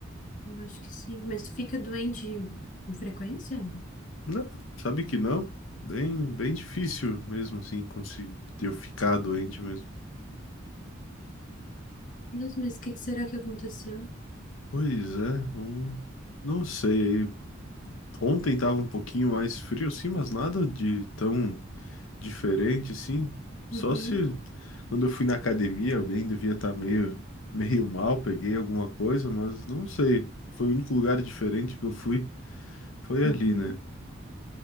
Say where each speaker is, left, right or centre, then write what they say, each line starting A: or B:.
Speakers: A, on the left (about 40°); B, on the left (about 75°).
A: Eu acho que sim. Mas tu fica doente com frequência?
B: Não, sabe que não? Bem, bem difícil mesmo assim conseguir eu ficar doente mesmo.
A: Deus, mas o que que será que aconteceu?
B: Pois é, não, não sei. Ontem tava um pouquinho mais frio assim, mas nada de tão diferente assim. Só
A: Uhum.
B: se quando eu fui na academia alguém devia estar meio, <laughs> meio mal, peguei alguma coisa, mas não sei. Foi o único lugar diferente que eu fui, foi
A: Uhum.
B: ali, né?